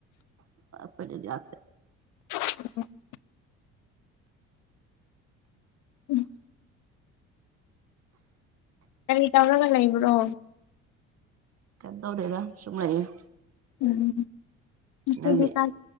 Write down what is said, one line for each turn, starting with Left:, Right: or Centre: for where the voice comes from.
Right: ꯈꫭꯏꯗꯤ ꯂꯥꯛꯇꯦ꯫
Left: <unintelligible> ꯎꯝ꯫ ꯀꯔꯤ ꯇꯧꯔꯒ ꯂꯩꯕ꯭ꯔꯣ꯫
Right: ꯀꯩꯝ ꯇꯧꯗꯦꯗ ꯁꯨꯝ ꯂꯩꯌꯦ꯫
Left: ꯎꯝ ꯉꯁꯤꯗꯤ
Right: ꯅꯪꯗꯤ
Left: ꯀꯥꯏ